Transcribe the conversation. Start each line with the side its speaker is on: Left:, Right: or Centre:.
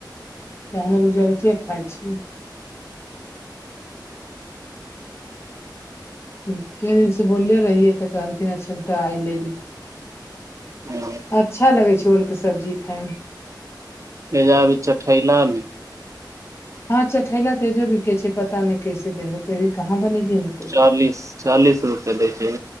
Left: तऽ हम अर उजार के खाइ छियै कते दिन से बोले रहिये तऽ कहलखिन अच्छा तऽ आय लेलखिन
Right: रहै
Left: अच्छा लगै छै ओलके सब्जी खाायमे
Right: एहिज भी चठैला
Left: हँ चठैला तेजो बिके छै पता नहि कैसे दे होतेभी कहाँ बनेलियै कोइ दिन
Right: चालीस चालीस रुपए दै छै